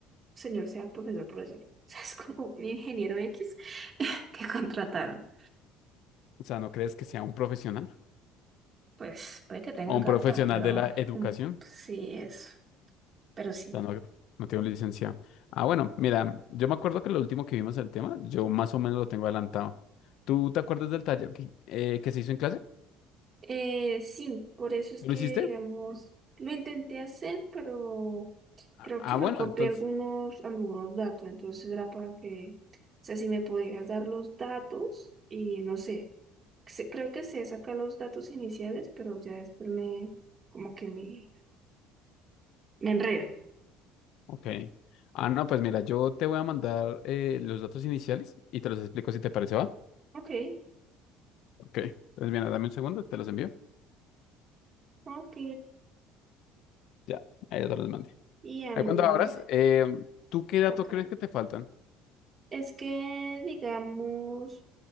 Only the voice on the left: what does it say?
O sea, ¿no crees que sea un profesional?
¿O
un
profesional
de la educación?
Ya no, no tiene un licenciado. Ah, bueno, mira, yo me acuerdo que lo último que vimos el tema, yo más o menos lo tengo adelantado. ¿Tú te acuerdas del taller que, eh, que se hizo en clase?
¿Lo
hiciste?
Ah,
ah,
bueno,
entonces,
ok. Ah, no, pues mira, yo te voy a mandar eh, los datos iniciales y te los explico si te parece, ¿va?
Ok. Entonces, mira, dame un segundo, te los envío.
Ya, ahí ya te los mandé.
Ahí
cuando
abras, eh, ¿tú qué datos
crees que te faltan?